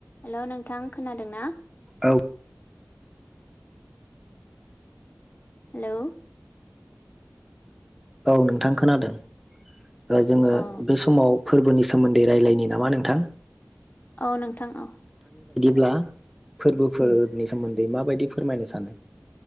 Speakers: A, on the left; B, in the centre.
A: हेल' नोंथां खोनादों ना
B: औ
A: हेलौ
B: औ नोंथां खोनादों जोङो
A: औ
B: बे समाव फोरबोनि सोमोन्दै रायजलायनि नामा नोंथां
A: औ नोंथां औ
B: ब्ला फोरबोफोरनि
A: उम
B: सोमोन्दै बै माबायदि फोरमायनो सानो